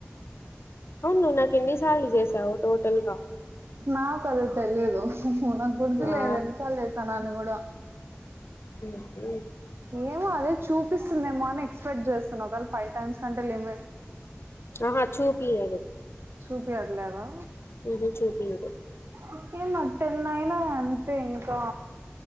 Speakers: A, on the left; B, on the right.
A: అవును నాకు ఎన్ని సార్లు చేసినవు తావు టోటల్గా
B: నాకు అదే తెలీదు నాకు గుర్తులేదు
A: ఆ
B: ఎన్ని సార్లు చేసాను అని కూడా
A: ఊహూ
B: ఏమో అదే చూపిస్తుందేమో అని ఎక్స్పెక్ట్ చేస్తున్నా ఒకవేళ ఫైవ్ టైమ్స్ కంటే లిమి
A: ఆహా చూపిలేదు
B: చూపియట్లేదా
A: ఎది చూదిదు
B: నీకే నా టెన్ అయినా అంతే ఇంకా